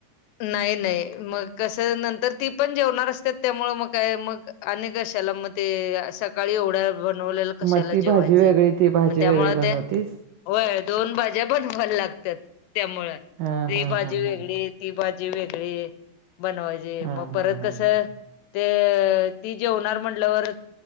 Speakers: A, on the left; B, on the right.
A: नाही नाही,, मग कसंय,, नंतर ती पण जेवणार असतेत,, त्यामुळ मग, काय मगऽ अने गशाला मग ते,, सकाळी एवढा बनवलेलं कशाला
B: मग ती भाजी
A: जेवायचं,,,
B: वेगळी, ती भाजी
A: मग त्यामुळ
B: वेगळी बनवतीस?
A: ते होय, दोन भाज्यां बनवाय लागतात,, त्यामुळ,
B: हां,
A: ती
B: हां,
A: भाजी
B: हां,
A: वेगळी,
B: हां.
A: ती भाजी वेगळी,, बनवायची,
B: हां,
A: मग
B: हां,
A: परत
B: हां,
A: कसं.
B: हां.
A: ते,, ती, जेवनार म्हटल्यावर,